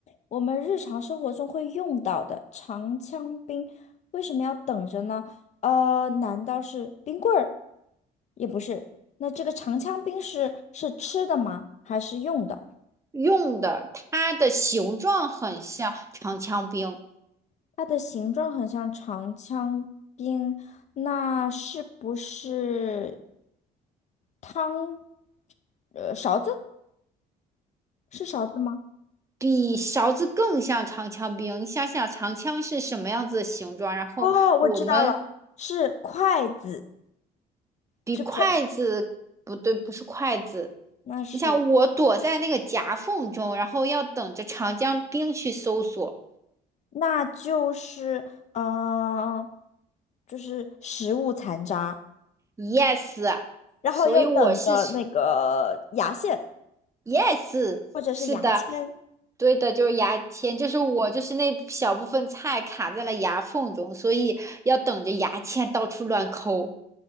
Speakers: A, on the left (about 45°); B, on the right (about 15°).
A: 我们日常生活中会用到的长枪兵，为什么要等着呢？呃，难道是冰棍儿？也不是。那这个长枪兵是是吃的吗？还是用的？
B: 用的，它的形状很像长枪兵，
A: 它的形状很像长枪兵，那是不是汤？呃，勺子？是勺子吗？
B: 比勺子更像长枪兵。你想想，长枪是什么样子的形状？然后我们
A: 哦，我知道了，是筷子，
B: 比筷子，
A: 是不是？
B: 不对，不是筷子。
A: 那是。
B: 你想，我躲在那个夹缝中，然后要等着长江兵去搜索。
A: 那就是嗯、呃就是食物残渣，
B: Yes，
A: 然后又等着那个牙线
B: 所以我是 Yes，
A: 或者是牙签。
B: 是的，对的，就是牙签，就是我就是那小部分菜卡在了牙缝中，所以要等着牙签到处乱抠，